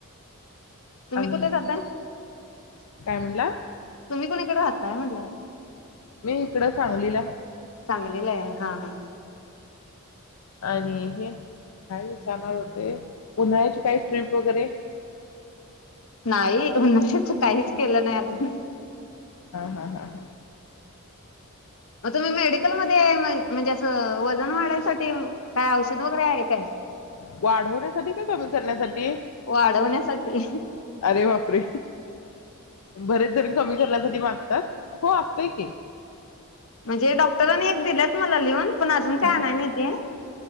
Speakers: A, on the left; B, on the left.
A: तुम्ही
B: आम्ही
A: कुठे राहताय
B: काय म्हटला?
A: तुम्ही कुणीकडे राहताय म्हणल?
B: मी इकड सांगलीला
A: सांगलीला आहे हा हा
B: आणि हे काय विचारणार होते उन्हाळ्याची काय ट्रिप वगैरे?
A: नाही उन्हाळ्याच काहीच केल नाही अजून
B: हा हा हा हा
A: मग तुम्ही मेडिकलमध्ये म म्हणजे अस वजन वाढायच वाढयासाठी काय औषध वगैरे आहे काय?
B: वाढवण्यासाठी का कमी करण्यासाठी
A: वाढवण्यासाठी
B: अरे! बापरे! बरेच जण कमी करण्यासाठी माग हो असतय की
A: मजे डॉक्टरांनी एक दिल्यात मला लिहून पण अजून काय
B: ह
A: आणाय नाही ते